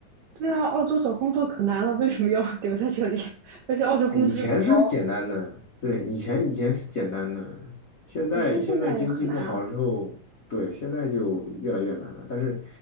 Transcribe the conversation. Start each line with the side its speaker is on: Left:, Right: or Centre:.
Right: 对啊，澳洲找工作可难了，为什么要 <laughs> 留在这里？<laughs> 而且澳洲工资又不高，
Left: 哎以前是简单的，对，以前以前是简单的，现在现在经济不好了之后，
Right: 有些现在很难啊。
Left: 对，现在就越来越难了。但是